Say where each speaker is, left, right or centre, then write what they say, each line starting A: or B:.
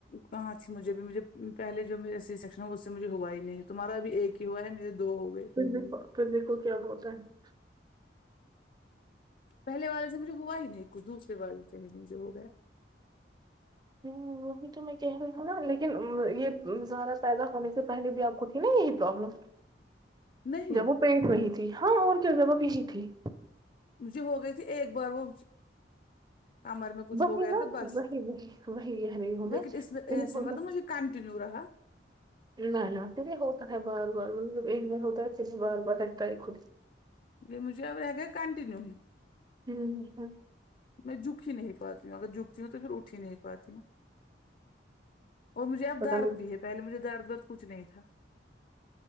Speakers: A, on the left; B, on the right.
A: کھا اچھی مجھے بھی مجھے پہلے جو میرے سیکشن ہے اس سے مجھے ہوا ہی نہیں تمہارا بھی ایک ہی ہوا ہے میرے دو ہو گئے
B: پھر دیکھو پھر دیکو کیا ہوتا ہے
A: پہل والے سے مجھے ہوا ہی نہیں کچھ دوسرے والے سے ہی مجھے ہو گیا
B: ہوں یہی تو میں کہہ رہی ہوں نا لیکن یہ زارہ پیدا ہونے سے پہلے بھی آپ کو تھی نا یہی پرابلم
A: نہیں
B: جب وہ پیٹ وہی تھی ہاں اور کیا جبہ بھیی تھی
A: مجھے ہوگئی تھی ایک بار وہ کمر میں کچھ
B: وہی
A: ہو گیا
B: نا
A: تھا بس
B: وہی وہی وہی کہہ رہی ہوں میں
A: لیکن اس
B: پھر
A: ایے
B: یہ ہوتا
A: مطلب مجھے کنٹینو رہا
B: نہ نہ پھر یہ ہوتا ہے بار بار مطلب ایک بار ہوتا ہے پھر یہ بار بار رہتا ہے خود
A: یہ مجے آگر ایک کننییو ہو
B: ہوں
A: میں جھک ہی نہیں پاتی ہوں اگر جھکتی ہوں تو پھر اٹھ ہی نہیں پاتی اور مجھے اب
B: پتا
A: درد
B: نہیں
A: بھی ہے پہلے مجھے درد درد کچھ نہیں تھا